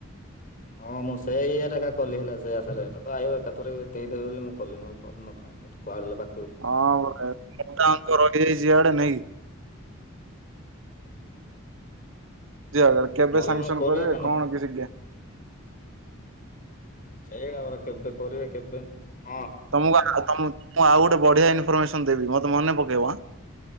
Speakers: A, on the left; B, on the right.
A: ହଁ ମୁଁ ସେଇ ଇଏରେ ଏକା କଲି ହେଲା ସେ ଆଶାରେ ତ ତ ଆୟୁ ଏକାଥରେ ଦେଇ ଦେବେ ବୋଲି ମୁଁ କଲିି ନହେଲେ କରିନଥାନ୍ତି, ତ କୁଆଡେ ଲେ ବା
B: ହଁ ଗୋଟେ <inaudible> ମୋଟା ଅଙ୍କ ରହିଯାଇଛି ଇଆଡେ ନାହିଁ କି। ଯିଏ ଆଇଲା ବେଳେ କେବେ
A: ନହେଲେ
B: ସାଙ୍ଗସନ୍
A: ମୁଁ କରି
B: କରିବେ
A: ଏକା
B: କଣ କିଛି ଗ୍ୟା
A: ସେଇ ଏକା ପରା କେବେ କରିବା କେବେନ୍ ହଁ
B: ତମକୁ ଆ ତମ ମୁଁ ଆଉ ଗୋଟେ ବଢିଆ ଇନଫର୍ମମେସନ ଦେବି ମୋତେ ମନେ ପକେଇବ ଆଁ।